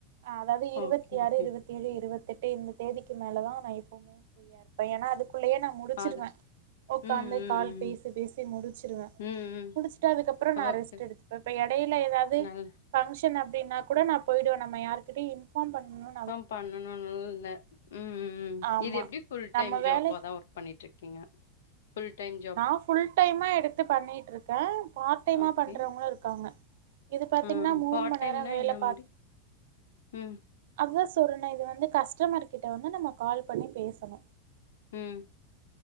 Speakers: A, on the right (about 70°); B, on the left (about 85°).
A: ஆ அதாவது இருவத்தி
B: ஓகே,
A: ஆறு
B: ஓகே.
A: இருவத்தி ஏழு இருவத்தி எட்டு இந்த தேதிக்கு மேலதா நா எப்பவுமே ஃப்ரீயா இருக்க இப்ப ஏன்னா அதுக்குள்ளயே நா முடிச்சுருவே
B: அதுக்கு
A: உக்காந்து
B: ம், ம்,
A: கால்
B: ம்.
A: பேசி பேசி முடிச்சிருவே
B: ம், ம்.
A: முடிச்சட்டு அதுக்கப்பறோ நா
B: ஓகே.
A: ரெஸ்டு எடுத்து இப்ப எடையில ஏதாவது
B: நல்ல
A: ஃபங்க்ஷன் அப்டினா கூட நா போயிடுவே நம்ம யாருகிட்டயு இன்ஃபார்ம் பண்ணணு
B: இன்ஃபார்ம் பண்ணணும் லா இல்ல ம் ம் ம்
A: ஆமா
B: இது எப்டி ஃபுல்
A: நம்ம
B: டைம் ஜாபா
A: வேலை
B: தா பண்ணிட்டு இருக்கீங்க ஃபுல் டைம்
A: நா ஃபுல் டைமா எடுத்து பண்ணிட்டு இருக்கே பார்ட் டைமா
B: ஓகே.
A: பண்றவங்களு இருக்காங்க இது பாத்தீங்கன்னா
B: ஆ
A: மூணு
B: பார்ட்
A: மணி
B: டைம்னா
A: நேரோ வேல
B: என்ன
A: பாத்
B: மாரி? ம்,
A: அதா சொல்றனே இது வந்து கஸ்டமர் கிட்ட வந்து நம்ம கால் பண்ணி பேசணு
B: ம்